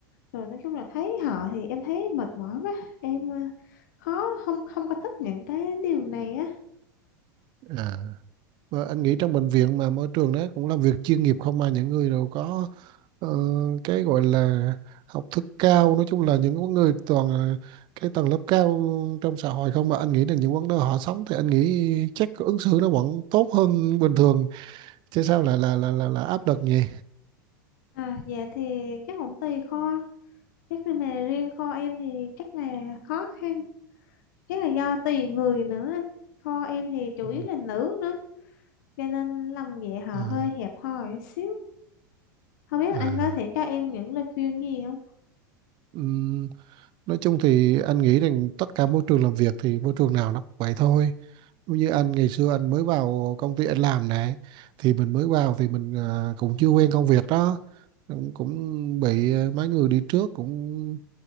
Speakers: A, on the left (about 65°); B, on the right (about 45°).
A: rồi nói chung là thấy họ thì em thấy mệt mỏi quá em à, khó không không có thích những cái điều này á
B: À. Và anh nghĩ trong bệnh viện mà môi trường đó cũng làm việc chuyên nghiệp không mà những người đều có ờ, cái gọi là học thức cao nói chung là những người toàn là cái tầng lớp cao trong xã hội không mà anh nghĩ là những vấn đề họ sống thì anh nghĩ chắc ứng xử nó vẫn tốt hơn bình thường chứ sao lại là là là, là áp lực nhỉ
A: à dạ thì chắc cũng tùy kho chắc là mà riêng kho em thì chắc là khó khăn chắc là do tùy người nữa kho em thì chủ
B: Ừ.
A: yếu là nữ nữa cho nên lòng dạ họ
B: À,
A: hơi hẹp hòi xíu không biết
B: à,
A: anh có thể cho em những lời khuyên gì không
B: ừm, nói chung thì anh nghĩ rằng tất cả môi trường làm việc thì môi trường nào nó cũng vậy thôi. Như anh ngày xưa anh mới vào công ty anh làm nè, thì mình mới vào thì mình à, cũng chưa quen công việc đó, cũng, cũng bị à, mấy người đi trước cũng